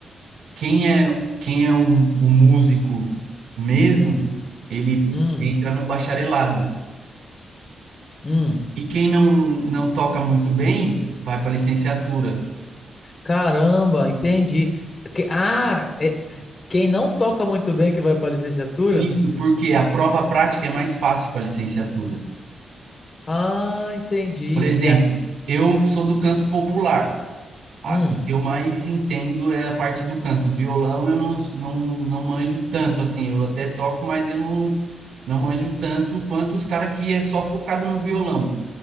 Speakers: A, on the right; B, on the left.
A: quem é, quem é o, o músico mesmo,
B: Hum,
A: ele
B: hum,
A: entra no bacharelado.
B: hum.
A: E quem não, não toca muito bem, vai para a licenciatura.
B: Caramba, entendi. Que- Ah, é- quem não toca muito bem que vai para licenciatura?
A: Isso porque a prova prática é mais fácil para a licenciatura.
B: Ah, entendi.
A: Por exemplo,
B: E a-
A: eu sou do canto popular. Ah,
B: hum.
A: O que eu mais entendo é a parte do canto. Violão eu não, não, não manjo tanto, assim. Eu até toco, mas eu não, não manjo tanto quanto os caras que é só focado no violão.